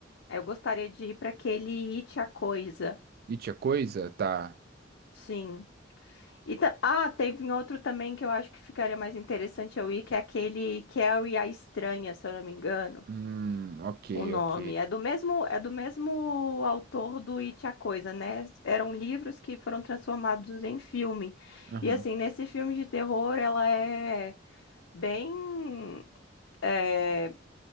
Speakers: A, on the left; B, on the right.
A: eu gostaria de ir para aquele It a Coisa.
B: E tinha coisa? Tá.
A: Sim. E ta- ah, teve um outro também que eu acho que ficaria mais interessante eu ir, que é aquele Carrie a Estranha, se eu não me engano.
B: Hum, ok,
A: O nome
B: ok.
A: é do mesmo é do mesmo autor do It a Coisa, né? Eram livros que foram transformados em filme.
B: Aham,
A: E assim, nesse filme de terror, ela é bem é,